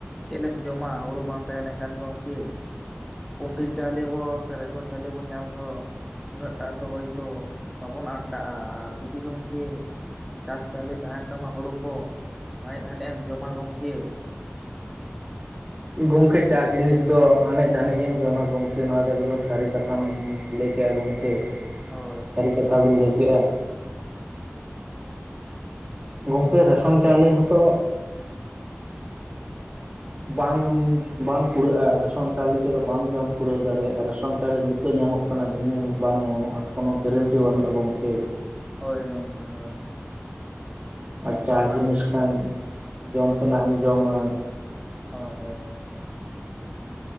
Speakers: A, in the centre; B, on the right.
A: ᱪᱮᱫᱞᱮᱢ ᱡᱚᱢᱟ ᱦᱳᱲᱳ ᱵᱟᱝ ᱛᱟᱸᱦᱮ ᱞᱮᱱᱠᱷᱟᱱ ᱜᱚᱝᱠᱮ᱾ ᱠᱚᱱᱴᱮᱞ ᱪᱟᱣᱞᱮ ᱵᱚ ᱥᱮ ᱨᱮᱥᱚᱱ ᱪᱟᱣᱞᱮᱵᱚ ᱧᱟᱢ ᱨᱮᱦᱚ ᱩᱱᱟᱹᱜ ᱴᱟᱜ ᱫᱚ ᱦᱚᱳᱭᱛᱳ ᱵᱟᱵᱚᱱ ᱟᱱᱴᱟᱜᱼᱟ ᱟᱨ ᱡᱩᱫᱤ ᱜᱚᱢᱠᱮ ᱪᱟᱥ ᱪᱟᱣᱞᱮ ᱛᱟᱦᱮᱱ ᱛᱟᱢᱟ ᱦᱩᱲᱳ ᱠᱚ ᱟᱱᱮᱡ ᱫᱟᱷᱟᱱᱮᱡ ᱮᱢ ᱡᱚᱢᱟ ᱜᱚᱢᱠᱮ
B: ᱜᱚᱢᱠᱮ ᱪᱟᱥ ᱡᱤᱱᱤᱥ ᱫᱚ ᱮᱱᱮᱡ ᱫᱷᱟᱹᱱᱮᱡᱮᱢ ᱡᱚᱢᱟ ᱜᱚᱢᱠᱮ ᱱᱚᱣᱟ ᱫᱚ ᱮᱠᱫᱚᱢ ᱥᱟᱹᱨᱤ ᱠᱟᱛᱷᱟᱢ
A: ᱦᱳᱭ
B: ᱞᱟᱹᱭ ᱠᱮᱜᱼᱟ ᱜᱚᱢᱠᱮ
A: ᱦᱳᱭ
B: ᱥᱟᱹᱨᱤ
A: ᱦᱳᱭ
B: ᱠᱟᱛᱷᱟ ᱵᱤᱱ ᱞᱟᱹᱭ ᱠᱮᱜᱼᱟ ᱜᱚᱝᱠᱮ ᱨᱮᱥᱚᱱ ᱪᱟᱣᱞᱮ ᱦᱚᱸᱛᱚ ᱵᱟᱝ ᱵᱟᱝ ᱠᱩᱲᱟᱹᱜᱼᱟ ᱨᱮᱥᱚᱱ ᱪᱟᱣᱞᱤ ᱛᱮᱫᱚ ᱵᱟᱢ ᱡᱚᱢ ᱠᱩᱲᱟᱹᱣ ᱫᱟᱲᱮᱭᱟᱜᱼᱟ ᱨᱮᱥᱚᱱ ᱪᱟᱣᱞᱮ ᱱᱤᱛᱚᱜ ᱧᱟᱢᱚᱜ ᱠᱟᱱᱟ ᱫᱷᱤᱱᱟᱹᱝ ᱵᱟᱝ ᱧᱟᱢᱚᱜᱼᱟ ᱠᱳᱱᱳ ᱜᱮᱨᱮᱱᱴᱤ ᱵᱟᱹᱱᱩᱜᱼᱟ ᱜᱚᱝᱠᱮ
A: ᱦᱳᱭ ᱜᱚᱝᱚᱢᱠᱮ ᱦᱳᱭ
B: ᱟᱨ ᱪᱟᱥ
A: ᱚᱱᱟ
B: ᱡᱤᱱᱤᱥ ᱠᱷᱟᱱ ᱡᱚᱢ ᱛᱮᱱᱟᱜ
A: ᱦᱳᱭ
B: ᱮᱢ
A: ᱜᱚᱝᱠᱮ
B: ᱡᱚᱢᱟ
A: ᱦᱳᱭ ᱦᱳᱭ ᱜᱚᱝᱠᱮ